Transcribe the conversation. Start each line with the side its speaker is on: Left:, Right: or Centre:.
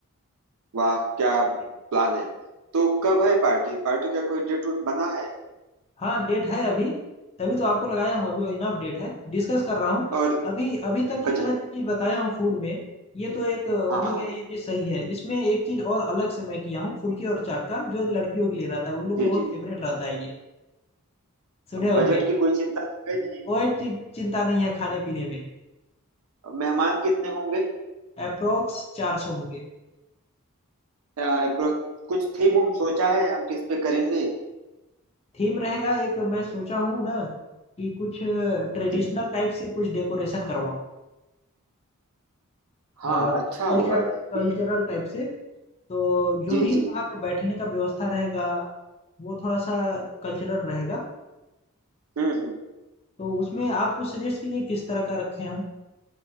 Right: वाह क्या प्लान
Left: ठीक?
Right: है तो कब है पार्टी पार्टी का कोई डेट वोट बना है
Left: हाँ डेट है अभी तभी तो आपको लगाया हूँ अभी इनफ डेट है डिस्कस कर रहा हूँ
Right: और
Left: अभी अभी तक
Right: बजट
Left: इतना जो चीज़ बताया हूँ फूड में ये
Right: जी
Left: तो
Right: जी
Left: एक अ, हो
Right: हाँ हाँ
Left: गया ये चीज़ सही है इसमें एक चीज़ और अलग से मैं किया हूँ फुल्की और चाट का जो लड़कियों के लिए रहता है उन लोग को
Right: जी
Left: बहुत
Right: जी
Left: फेवरेट
Right: जी
Left: रहता है ये सुने होंगे
Right: बजट की कोई चिंता तो है नहीं
Left: कोई चि- चिंता नहीं है खाने पीने में
Right: मेहमान कितने होंगे
Left: अप्रोक्स चार सौ होंगे
Right: अ, apro- कुछ थीम उम सोचा है हम किस पे करेंगे
Left: थीम रहेगा एक मैं सोचा हूँ ना कि कुछ ट्रेडिशनल
Right: जी जी
Left: टाइप से कुछ डेकोरेशन करवाऊँ
Right: हाँ
Left: कल्चर
Right: अच्छा होगा ये कि-
Left: कल्चरल टाइप से तो जो
Right: जी
Left: भी
Right: जी
Left: वहाँ का बैठने का व्यवस्था रहेगा वो थोड़ा सा कल्चरल रहेगा
Right: हम्म हम्म
Left: तो उसमें आप कुछ सजेस्ट कीजिए किस तरह का रखें हम